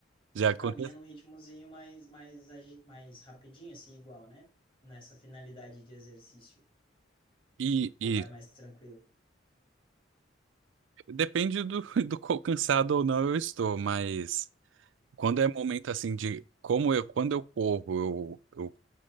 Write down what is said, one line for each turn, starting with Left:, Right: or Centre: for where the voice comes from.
Right: já
Left: tu
Right: acontece.
Left: caminha num ritmozinho mais, mais, agi- mais rapidinho, assim, igual, né? Nessa finalidade de exercício.
Right: E, e
Left: Ou vai mais tranquilo?
Right: depende do, <laughs> do quão cansado ou não eu estou, mas Quando
Left: Ah,
Right: é momento
Left: tá.
Right: assim de como eu quando eu corro, eu, eu